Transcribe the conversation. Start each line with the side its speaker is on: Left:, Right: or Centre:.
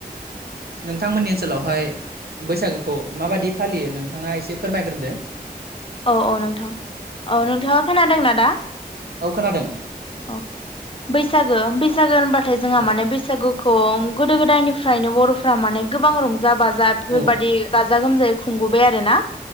Right: नोंथांमोननि ओनसोलावहाय बैसागोखौ माबादि फालियो नोंथाङा एसे फोरमायग्रोदो
Left: औ औ नोंथां औ नोंथाङा खोनादोंना दा
Right: औ खोनादों
Left: औ बैसागो बैसागो होनबाथाय जोंहा
Right: औ
Left: माने बैसागोखौ गोदो गोदायनिफ्राय निफ्रायनो बर'फ्रा माने गोबां रंज-बाजा बेफोरबायदि
Right: औ
Left: गाजा गोमजायै खुंबोबाय आरोना।